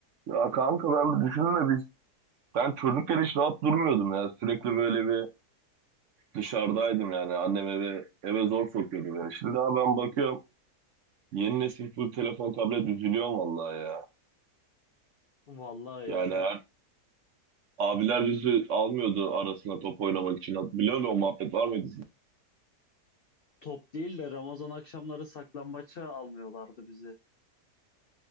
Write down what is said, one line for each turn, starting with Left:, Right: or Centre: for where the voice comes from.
Right: Ya kanka ben bir düşünün de biz ben çocukken hiç rahat durmuyordum ya. Sürekli böyle bir dışarıdaydım yani. Annem eve eve zor sokuyordu beni. Şimdi daha ben bakıyorum yeni nesil full telefon tablet üzülüyorum vallahi ya.
Left: Vallahi
Right: Yani
Left: ya ben
Right: her, abiler bizi almıyordu arasına top oynamak için. Biliyor musun o muhabbet var mıydı? sizin?
Left: top değil de Ramazan akşamları saklambaça almıyorlardı bizi.